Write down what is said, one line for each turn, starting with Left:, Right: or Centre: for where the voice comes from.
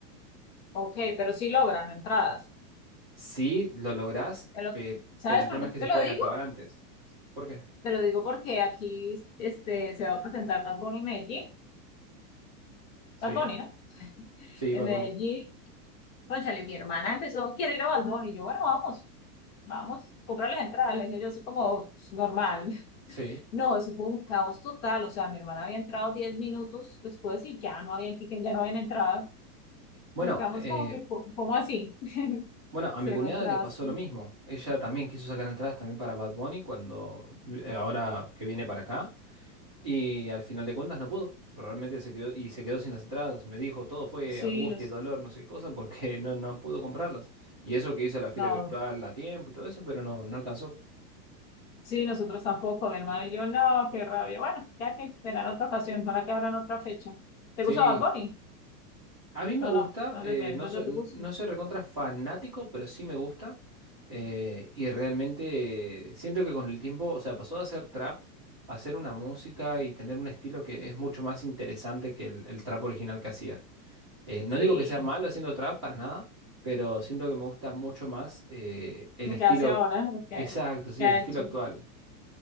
Left: Ok, pero sí logran entradas.
Right: Sí, lo lográs,
Left: Te lo-
Right: pe-
Left: ¿Sabes
Right: pero el
Left: por
Right: tema
Left: qué
Right: es que
Left: te
Right: se pueden
Left: lo digo?
Right: acabar antes. ¿Por qué?
Left: Te lo digo porque aquí este, se va a presentar Bad Bunny en Medellín.
Right: Sí,
Left: Bad Bunny, ¿no?
Right: sí,
Left: En
Right: Bad
Left: Medellín.
Right: Bunny.
Left: Cónchale, mi hermana empezó, quiere ir a Bad Bunny. Y yo, bueno, vamos, vamos, comprar las entradas. Le dije yo así como normal. <laughs>
Right: Sí.
Left: No, eso fue un caos total. O sea, mi hermana había entrado 10 minutos después y ya no había, ya no habían entrado.
Right: Bueno,
Left: Buscamos
Right: eh,
Left: como que, co- ¿cómo así? <laughs>
Right: Bueno, a
Left: Cero
Right: mi cuñada
Left: atrás.
Right: le pasó lo mismo. Ella también quiso sacar entradas también para Bad Bunny cuando eh, ahora que viene para acá y al final de cuentas no pudo. Realmente se quedó y se quedó sin las entradas. Me dijo, todo fue
Left: Sí,
Right: angustia
Left: los-
Right: y dolor, no sé qué cosa, porque <laughs> no, no pudo comprarlas. Y eso que hizo la fila
Left: no.
Right: virtual a tiempo y todo eso, pero no, no alcanzó.
Left: Sí, nosotros tampoco, mi hermano y yo, no, qué rabia. Bueno, ya que será en otra ocasión, para que habrá en otra fecha. ¿Te
Right: Sí,
Left: gusta Bad Bunny?
Right: A mí me
Left: No,
Right: gusta,
Left: no, no
Right: eh,
Left: es de,
Right: no
Left: no
Right: soy,
Left: es de tu gusto.
Right: no soy recontra fanático, pero sí me gusta. eh, y realmente siento que con el tiempo, o sea, pasó de hacer trap a hacer una música y tener un estilo que es mucho más interesante que el, el trap original que hacía. Eh, no
Left: Sí,
Right: digo que sea malo haciendo trap para nada, pero siento que me gusta mucho más eh, el
Left: lo
Right: estilo
Left: que hace ahora, lo que,
Right: exacto, sí,
Left: que ha
Right: el estilo
Left: hecho.
Right: actual.